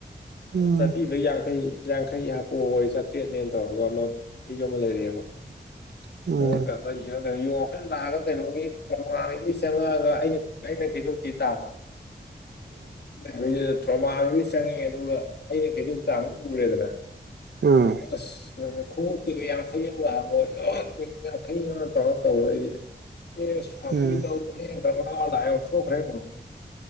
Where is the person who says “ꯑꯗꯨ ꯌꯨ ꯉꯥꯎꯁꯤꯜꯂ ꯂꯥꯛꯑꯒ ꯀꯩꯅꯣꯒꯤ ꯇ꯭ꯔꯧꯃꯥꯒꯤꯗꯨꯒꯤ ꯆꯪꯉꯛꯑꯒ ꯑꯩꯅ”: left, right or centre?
Left